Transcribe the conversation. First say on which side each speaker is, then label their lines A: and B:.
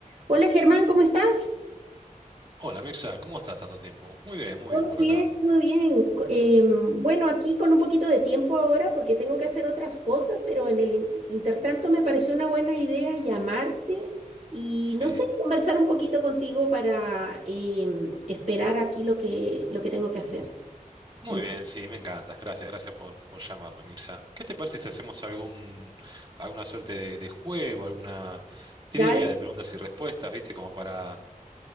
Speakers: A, on the right; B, on the right.
A: Hola Germán, ¿cómo estás?
B: Hola Mirza, ¿cómo estás tanto tiempo? Muy bien, muy
A: Todo
B: bien por
A: bien,
B: acá.
A: todo bien. Co- em, bueno, aquí con un poquito de tiempo ahora porque tengo que hacer otras cosas, pero en el in- intertanto me pareció una buena idea llamarte y
B: Sí,
A: no sé, conversar un poquito contigo para em, esperar aquí lo que, lo que tengo que hacer.
B: muy
A: Mientras-
B: bien, sí, me encanta. Gracias, gracias por, por llamarme, Mirza. ¿Qué te parece si hacemos algún, alguna suerte de, de juego, alguna trivia
A: dale,
B: de preguntas y respuestas, viste, como para,